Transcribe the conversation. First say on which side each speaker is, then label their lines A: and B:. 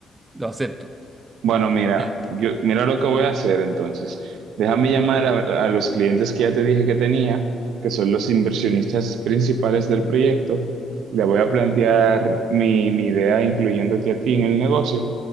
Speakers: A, on the right (about 20°); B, on the right (about 80°).
A: lo acepto.
B: Bueno, mira,
A: Eh,
B: yo, mira lo que voy a hacer entonces. Déjame llamar a, a los clientes que ya te dije que tenía, que son los inversionistas principales del proyecto. Le voy a plantear mi, mi idea incluyéndote a ti en el negocio